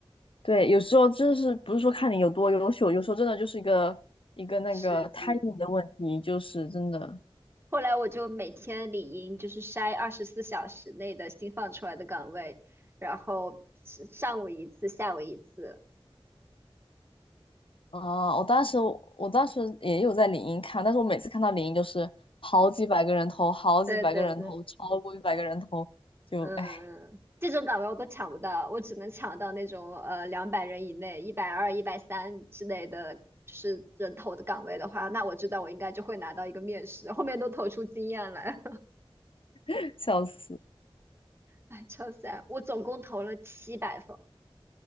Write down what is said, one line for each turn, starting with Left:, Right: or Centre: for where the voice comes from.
Left: 对，有时候就是不是说看你有多优秀，有时候真的就是一个一个那个
Right: 实际，
Left: timing 的问题，就是真的。
Right: 后来我就每天领英，就是筛二十四小时内的新放出来的岗位，然后上午一次，下午一次。
Left: 啊，我当时我当时也有在领英看，但是我每次看到领英就是好几百个人头，好几百个人头，
Right: 对对对。
Left: 超过一百个人头，就唉，
Right: 嗯，这种岗位我都抢不到，我只能抢到那种呃两百人以内、一百二、一百三之类的，就是人头的岗位的话，那我知道我应该就会拿到一个面试，后面都投出经验来，<laughs>
Left: <laughs> 笑死！
Right: 哎，超 s a 我总共投了七百封，